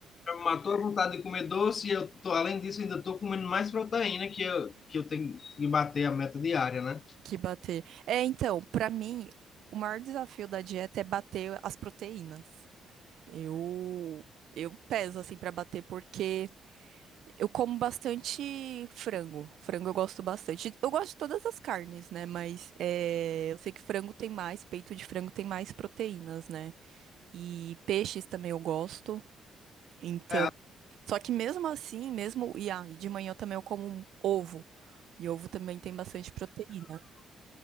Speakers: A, on the left; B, on the right.
A: eu matou a vontade de comer doce e eu tô, além disso, ainda tô comendo mais proteína que eu, que eu tenho que bater a meta diária, né?
B: que bater. É, então, pra mim, o maior desafio da dieta é bater as proteínas. Eu eu peso assim pra bater porque eu como bastante frango. Frango eu gosto bastante. Eu gosto de todas as carnes, né? Mas é, eu sei que frango tem mais, peito de frango tem mais proteínas, né? E peixes também eu gosto. Então,
A: É,
B: Só que mesmo assim, mesmo. E ah, e de manhã também eu como um ovo. E ovo também tem bastante proteína.